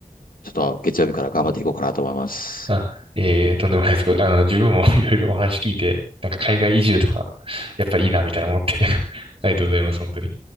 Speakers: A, on the left (about 80°); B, on the right (about 40°).
A: ちょっと月曜日から頑張っていこうかなと思います。
B: あ、ええとんでもないです。あの、自分も <laughs> いろいろお話聞いて、なんか海外移住とか、やっぱりいいなみたいな思って <laughs> ありがとうございます、本当に。